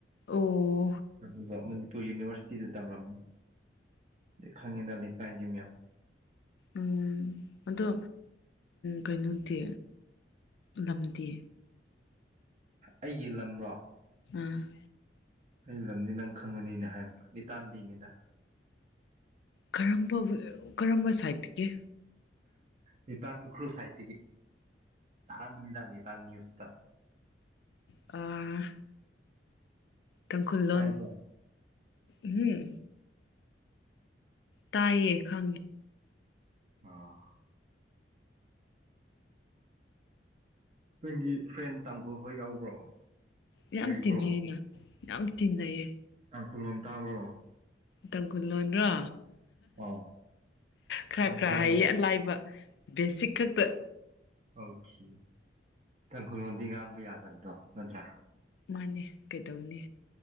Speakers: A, on the left; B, on the right.
A: ꯑꯣ
B: ꯑ ꯃꯅꯤ ꯌꯨꯅꯤꯚꯔꯁꯤꯇꯤꯗ ꯇꯝꯂꯝꯝꯃꯦ ꯑꯗꯩ ꯈꯪꯉꯤꯗ ꯂꯩ ꯀꯥꯏꯗꯦ ꯃꯌꯥꯝ
A: ꯎꯝ ꯑꯗꯣ ꯀꯩꯅꯣꯗꯤ ꯂꯝꯗꯤ
B: ꯑꯩꯒꯤ ꯂꯝꯔꯣ
A: ꯎꯝ
B: ꯑꯩꯒꯤ ꯂꯝꯗꯤ ꯅꯪ ꯈꯪꯉꯅꯤꯅ ꯍꯥꯏꯕ ꯑꯩ ꯇꯥꯟꯗꯦꯅꯤꯗ
A: ꯀꯔꯝꯕ ꯀꯔꯝꯕ ꯁꯥꯏꯠꯇꯒꯤ
B: ꯅꯤꯄꯥꯟ ꯎꯈ꯭ꯔꯨꯜ ꯁꯥꯏꯇꯒꯤ ꯊꯅꯤ ꯗꯂꯤ ꯇꯥꯟꯅꯤ ꯎꯁꯇ
A: ꯑ ꯇꯥꯡꯈꯨꯜꯂꯣꯟꯣ
B: ꯇꯥꯏꯀꯣ
A: ꯎꯝ ꯇꯥꯏꯌꯦ ꯈꯦ
B: ꯑꯥ ꯅꯪꯒꯤ ꯐ꯭ꯔꯦꯟ ꯇꯥꯡꯈꯨ ꯍꯣꯏ ꯌꯥꯎꯕ꯭ꯔꯣ
A: ꯌꯥꯝ
B: ꯂꯩꯕ꯭ꯔꯣ
A: ꯇꯤꯟꯅꯩꯅ ꯌꯥꯝ ꯇꯤꯟꯅꯩꯌꯦ
B: ꯇꯥꯡꯈꯨꯜ ꯂꯣꯟ ꯇꯥꯕ꯭ꯔꯣ
A: ꯇꯥꯡꯈꯨꯜ ꯂꯣꯟ꯭ꯔꯣ
B: ꯑꯥꯎ
A: ꯈꯔ
B: ꯇꯥꯡꯈꯨꯜꯂꯣꯟ
A: ꯈꯔ ꯍꯌꯦ ꯑ ꯂꯥꯏꯕ ꯕꯦꯁꯤꯛ ꯈꯛꯇ
B: ꯑꯣꯀꯦ ꯇꯪ ꯈꯨꯔꯣꯟꯗꯤ ꯉꯥꯡꯕ ꯌꯥꯗꯕꯗꯣ ꯅꯠꯇ꯭ꯔꯥ
A: ꯃꯥꯅꯦ ꯀꯩꯗꯧꯅꯤ